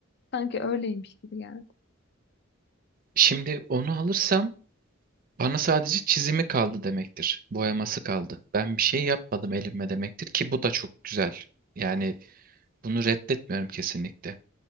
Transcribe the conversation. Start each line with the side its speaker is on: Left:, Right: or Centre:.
Left: sanki öyleymiş gibi geldi.
Right: Şimdi onu alırsam bana sadece çizimi kaldı demektir. Boyaması kaldı. Ben bir şey yapmadım elimle demektir ki bu da çok güzel. Yani bunu reddetmiyorum kesinlikle.